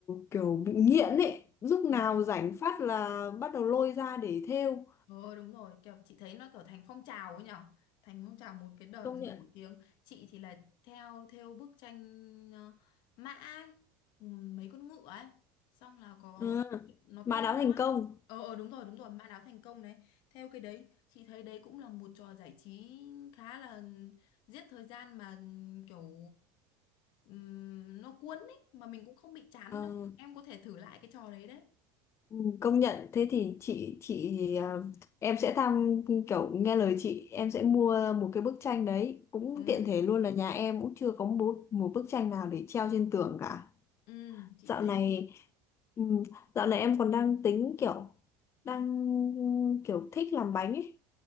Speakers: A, on the left; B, on the left.
A: kiểu bị nghiện ấy. Lúc nào
B: Ừ.
A: rảnh phát là bắt đầu lôi ra để thêu.
B: Ờ đúng rồi, kiểu chị thấy nó kiểu thành phong trào ấy nhở. Thành phong trào một cái đợt
A: Công nhận
B: nổi tiếng. Chị thì là theo theo bức tranh ờ, mã ấy, ừ, mấy con ngựa ấy. Xong là có
A: À,
B: nó
A: mà
B: to
A: đáo thành
B: á.
A: công
B: Ờ ờ, đúng rồi, đúng rồi, mã đáo thành công đấy. Theo cái đấy, chị thấy đấy cũng là một trò giải trí khá là giết thời gian mà kiểu ừm, nó cuốn ấy mà mình cũng không bị chán
A: Ờ,
B: đâu. Em có thể thử lại cái trò đấy đấy.
A: ừ, công nhận thế thì chị chị à, em sẽ tham kiểu nghe lời chị em sẽ mua một cái bức tranh đấy cũng
B: Ừ,
A: tiện thể luôn là nhà em cũng chưa có một, một bức tranh nào để treo trên tường cả
B: ừ, chị
A: dạo
B: thấy
A: này ừ, dạo này em còn đang tính kiểu đang kiểu thích làm bánh ấy